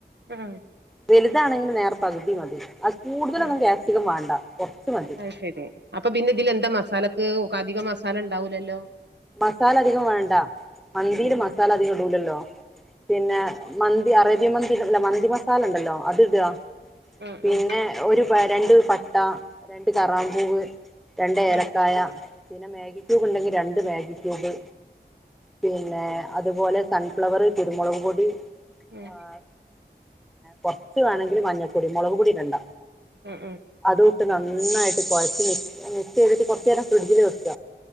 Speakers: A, on the right (about 85°); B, in the centre.
A: ഉം
B: വെലുതാണെങ്കിൽ നേർ പകുതി മതി അത് കൂടുതലൊന്നും
A: മ്.
B: ക്യാപ്സിക്കം വേണ്ട കൊറച്ച് മതി
A: അയ്ശെരി അപ്പംപ്പിന്നെ ഇതില് എന്താ മസാലക്ക് അധികം മ സാല ഇണ്ടാവുലല്ലോ.
B: മസാല അധികം വേണ്ട. മന്തിയിൽ
A: ഉം
B: മസാല അധികം ഇടൂലല്ലോ. പിന്നെ മന്തി അറേബ്യൻ മന്തി അല്ല മന്തി മസാലണ്ടല്ലോ. അത് ഇടാ
A: ഉം
B: പിന്നെ
A: ഉം
B: ഒരു വ രണ്ട് പട്ട രണ്ട് കറാമ്പൂവ് രണ്ട് ഏലയ്ക്കായ
A: ഉം
B: പിന്നെ മേഗിക്യുബ് ഇണ്ടെങ്കിൽ രണ്ട് മേ ഗി ക്യൂബ് പിന്നേ അതുപോലെ സൺഫ്ലവർ, കുരുമുളകുപൊടി,
A: ഉം ഉം
B: ആഹ് കുറച്ചു വേണെങ്കിൽ മഞ്ഞ പൊടിമുളകും പൊടി ഇടണ്ട
A: ഉം ഉം
B: അതും നന്നായിട്ട് കൊഴച്ച് മിക്സ് ചെയ്തിട്ട് കുറച്ചുനേരം ഫ്രിഡ്ജിൽ വെക്